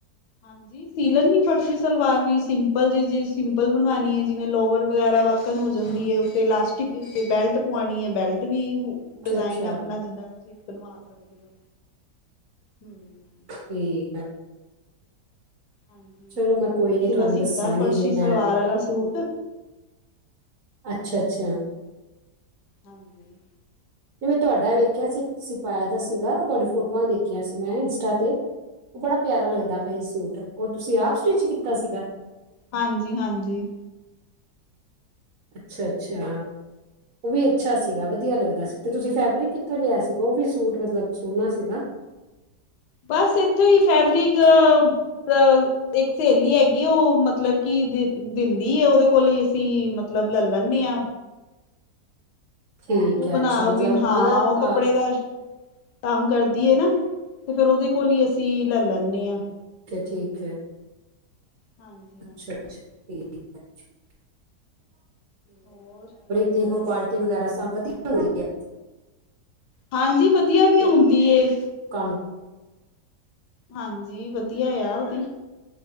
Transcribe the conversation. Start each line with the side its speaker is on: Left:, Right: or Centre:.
Left: ਹਾਂਜੀ। ਸੀ ਲੈਨੀ ਫਰਸ਼ੀ ਸਲਵਾਰ ਵੀ ਸਿੰਪਲ ਜੇ-ਜੇ ਸਿੰਪਲ ਬਣਵਾਉਣੀ ਹੈ ਜਿਵੇਂ ਲੋਵਰ ਵਗੈਰਾ ਵਾਕਣ ਹੋ ਜਾਂਦੀ ਹੈ ਉੇ। ਤੇ ਇਲਾਸਟਿਕ ਬੈਲਟ ਪਵਾਉਣੀ ਹੈ ਬੈਲਟ ਵੀ।
Right: ਅੱਛਾ
Left: ਡਿਜ਼ਾਇਨ
Right: ਅੱਛਾ
Left: ਆਪਣਾ ਜਿੱਦਾਂ ਤੁਸੀਂ ਬਣਵਾ ਸਕਦੇ ਹੋ ਹੂੰ।
Right: ਠੀਕ ਹੈ।
Left: ਹਾਂਜੀ
Right: ਚਲੋ
Left: ਮੈਂ ਵੀ ਹੁਣ
Right: ਕੋਈ
Left: ਕਿਸੇ
Right: ਨੀ ਤੁਹਾਨੂੰ
Left: ਦਾ ਸੀਤਾ
Right: ਦੱਸਾਂਗੀ
Left: ਫਰਸ਼ੀ
Right: ਜੇ
Left: ਸਲਵਾਰ
Right: ਮੈਂ
Left: ਆਲਾ ਸੂਟ।
Right: ਅੱਛਾ-ਅੱਛਾ।
Left: ਹਾਂਜੀ।
Right: ਜ ਮੈਂ ਤੁਹਾਡਾ ਵੇਖਿਆ ਸੀ ਇੱਕ ਤੁਸੀਂ ਪਾਇਆ ਦਾ ਸੀਗਾ ਤੁਹਾਡੀ ਫੋਟੋਆਂ ਦੇਖੀਆਂ ਸੀ ਮੈਂ ਇੰਸਟਾ ਤੇ। ਉਹ ਬੜਾ ਪਿਆਰਾ ਲੱਗਦਾ
Left: ਹਾਂਜੀ
Right: ਪਿਆ ਹੀ ਸੂਟ ਉਹ ਤੁਸੀਂ ਆਪ ਸਟਿਚ ਕੀਤਾ ਸੀਗਾ।
Left: ਹਾਂਜੀ-ਹਾਂਜੀ।
Right: ਅੱਛਾ-ਅੱਛਾ ਉਹ ਵੀ
Left: ਹਮ
Right: ਅੱਛਾ ਸੀ। ਸੀਗਾ ਵਧੀਆ ਲੱਗਦਾ ਸੀ ਤੇ ਤੁਸੀਂ ਫੈਬਰਿਕ ਕਿੱਥੋਂ ਲਿਆ ਸੀਗਾ ਉਹ ਵੀ ਸੂਟ ਮਤਲਬ ਸੋਹਣਾ ਸੀਗਾ।
Left: ਬਸ ਇੱਥੋਂ ਹੀ ਫੈਬਰਿਕ ਅ ਇੱਕ ਸਹੇਲੀ ਹੈਗੀ ਉਹ ਮਤਲਬ ਕਿ ਦਿੰਦੀ ਉਹਦੇ ਕੋਲ ਅਸੀਂ ਮਤਲਬ ਲੈ ਲੈਨੇ ਹਾਂ।
Right: ਠੀਕ
Left: ਉਹ
Right: ਹੈ
Left: ਬਣਾ
Right: ਅੱਛਾ ਮਤਲਬ
Left: ਬੀ ਵੀ ਹਾਂ,
Right: ਆਲਾ ਅ
Left: ਉਹ ਕੱਪੜੇ ਦਾ ਕੰਮ ਕਰਦੀ ਹੈ ਨਾ, ਤੇ ਫਿਰ ਉਹਦੇ ਕੋਲ ਹੀ ਅਸੀਂ ਲੈ ਲੈਂਨੇ ਹਾਂ।
Right: ਤੇ ਠੀਕ ਹੈ।
Left: ਹਾਂਜੀ
Right: ਅੱਛਾ
Left: ਹਾਂਜੀ
Right: ਅੱਛਾ <unintelligible>
Left: ਹੋਰ
Right: ਦੀ ਕੁਆਲਿਟੀ ਵਗੈਰਾ ਸਭ ਵਧੀਆ ਹੁੰਦੀ ਏ
Left: ਹਾਂਜੀ ਵਧੀਆ ਵੀ
Right: ਹੈ?
Left: ਹੁੰਦੀ ਏ
Right: ਕੰਮ
Left: ਹਾਂਜੀ ਵਧੀਆ ਆ ਉਹਦੀ,